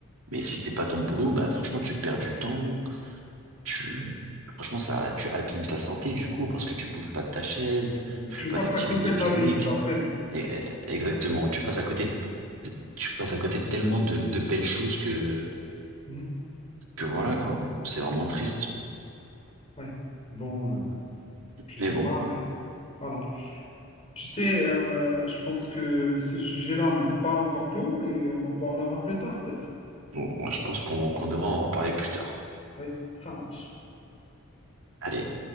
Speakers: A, on the right; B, on the left.
A: Mais si c'est pas ton boulot, bah, franchement, tu perds du temps. Tu, franchement, ça, tu abîmes ta santé, du coup, parce que tu bouges pas de ta chaise,
B: oui.
A: tu
B: Tu
A: fais pas
B: passes
A: d'activité
B: à côté
A: physique.
B: de la vie, de la vraie vie.
A: Et- exactement. Tu passes à côté de tu passes à côté de tellement de, de belles choses que
B: Mhm.
A: que voilà, quoi.
B: D'accord.
A: C'est vraiment triste.
B: Ouais. Bon, euh, je
A: Mais
B: sais
A: bon,
B: pas, mais voilà. Tu sais, euh, je pense que ce sujet-là n'est pas encore clos et on en parlera plus tard, peut-être.
A: on- on- je pense qu'on qu'on devra en reparler plus tard.
B: Oui, Ça marche.
A: Allez.